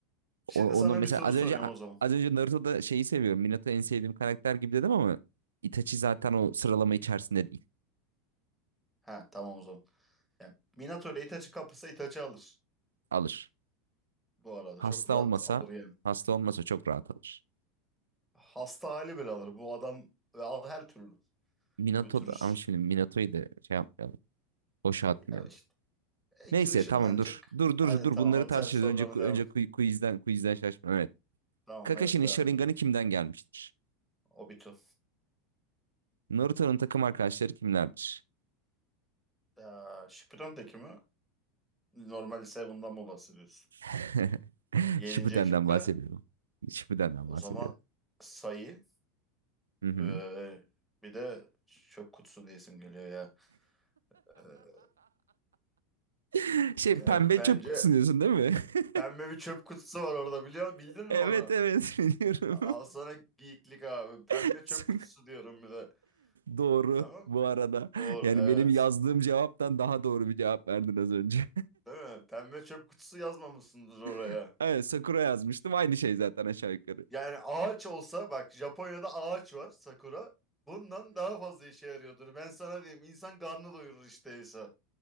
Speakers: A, in the centre; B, on the right (about 75°).
A: şimdi
B: o- onu
A: sana
B: mesela
A: bir soru
B: az
A: soruyorum
B: önce
A: o zaman.
B: az önce Naruto'da şeyi seviyorum. Minato en sevdiğim karakter gibi dedim ama Itachi zaten o sıralama içerisinde değil.
A: Ha tamam o zaman. Yani Minato ile Itachi kapışsa Itachi alır.
B: Alır.
A: Bu arada
B: Hasta
A: çok rahat
B: olmasa
A: alır yani.
B: hasta olmasa çok rahat alır.
A: Hasta hali bile alır. Bu adam ve al her türlü
B: Minato
A: götürür.
B: da ama şimdi Minato'yu da şey yapmayalım. Boşa atmayalım.
A: Ya işte iki
B: Neyse
A: ışınlanacak.
B: tamam dur. Dur dur
A: Hadi
B: dur
A: tamam
B: bunları
A: hadi
B: tartışırız.
A: sen sorularına
B: Önce önce
A: devam et.
B: ku- quizden quizden şaşma. Evet.
A: Tamam
B: Kakashi'nin
A: evet devam
B: Sharingan'ı
A: edelim.
B: kimden gelmiştir?
A: Obito.
B: Naruto'nun takım arkadaşları kimlerdir?
A: Ee, Shippuden'deki mi? Normal Seven'dan mı bahsediyorsun?
B: <laughs>
A: Yedinci
B: Shippuden'den
A: ekip mi?
B: bahsediyorum. Shippuden'den
A: O
B: bahsediyorum.
A: zaman sayı
B: Hı hı.
A: ee, bir de çöp kutusu diye isim geliyor ya. Ee,
B: <laughs> Şey pembe
A: yani bence
B: çöp kutusu diyorsun değil mi? <laughs>
A: pembe bir çöp kutusu var orada biliyor Bildin mi
B: Evet
A: onu?
B: evet <laughs> biliyorum.
A: Al sana geyiklik abi. Pembe
B: <laughs>
A: çöp kutusu diyorum bir de.
B: Doğru
A: Tamam.
B: bu arada.
A: Doğru
B: Yani
A: evet.
B: benim yazdığım cevaptan daha doğru bir cevap verdin az önce.
A: Değil mi? Pembe çöp kutusu yazmamışsındır oraya.
B: <laughs> Evet Sakura yazmıştım. Aynı şey zaten aşağı yukarı.
A: Yani ağaç olsa bak Japonya'da ağaç var sakura. Bundan daha fazla işe yarıyordur. Ben sana diyeyim insan karnı doyurur işte Esa.